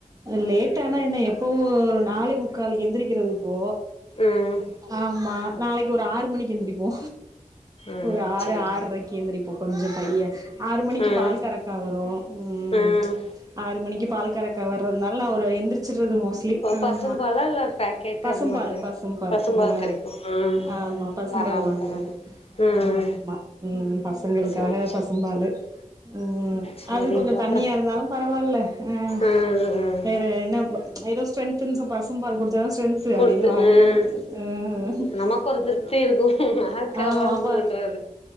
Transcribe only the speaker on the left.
ம்
ம்
சேரி
ம்
ம்
பசும்பாலா இல்ல பேக்கெட்டு
அந்த மாரியா
பசும்பால்
கெடைக்கு ம்
பரவால்ல
பரவால்ல ம்
சேரி சேரி
சரிங்க்கா
அப்றோ
ம் ம்
குடுத்து
ம்
நமக்கு ஒரு
திருப்தி இருக்கு யாருக்காவதுன்றது